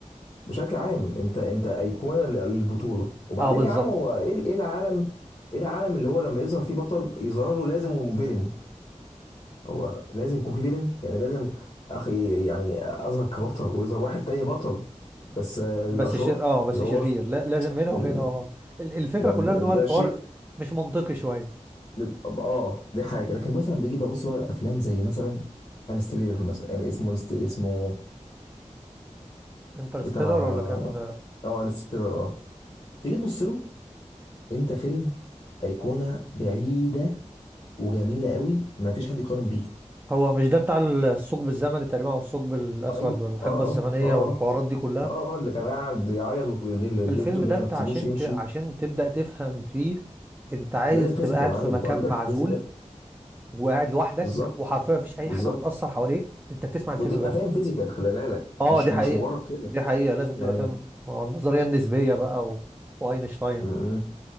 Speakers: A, on the left; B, on the right.
A: بشكل عام انت انت ايقونه للبطوله وبعدين
B: اه بالظبط
A: يا عم هو ايه ال- ايه العالم ايه العالم اللي هو لما يظهر فيه بطل يظهر له لازم فيلن هو لازم يكون فيه فيلن يعني لازم اخي يعني اظهر كبطل ويظهر واحد تاني بطل بس آه،
B: بس
A: للاشرار
B: ش... اه بس
A: اللي هو
B: شرير لا لازم هنا وهنا
A: ال-
B: اه ال- الفكره
A: ما
B: كلها
A: ده
B: ان هو
A: ده
B: الحوار
A: شيء
B: مش منطقي شويه
A: بيبقى- اه دي حاجه لكن مثلا بيجي ببص بقى الافلام زي مثلا انستيلر مثلا يعني اسمه انست... اسمه
B: انترستيلر
A: بتاع
B: ولا كان
A: اه انستيلر اه تيجي تبص له انت فيلم ايقونه بعيده وجميله قوي ما فيش حد يقارن بيه
B: هو مش ده بتاع الثقب الزمني تقريبا او الثقب الاسود
A: ايوه
B: والحقبه
A: اه
B: الزمنيه
A: اه اه اه
B: والحوارات دي كلها
A: اه اه اللي كان قاعد يعيط ويندل لبنته
B: الفيلم
A: ان
B: ده
A: هي
B: انت
A: ما تسيبوش
B: عشان
A: يمشي
B: ت... عشان تبدأ تفهم فيه انت عايز
A: لازم فيزيكال
B: تبقى قاعد
A: عندك
B: في مكان
A: يبقى عندك
B: معزول
A: فيزيكال
B: وقاعد لوحدك
A: بالظبط
B: وحرفيا مفيش اي
A: بالظبط
B: حاجه بتاثر حواليك انت بتسمع الفيلم
A: وتبقى
B: بس
A: فاهم فيزيكال خلي بالك
B: اه
A: مش
B: دي حقيقه
A: مش مجرد كده
B: دي حقيقه لازم
A: يعني
B: تبقى فاهم آه، النظريه النسبيه بقى و... واينشتاين
A: م- م-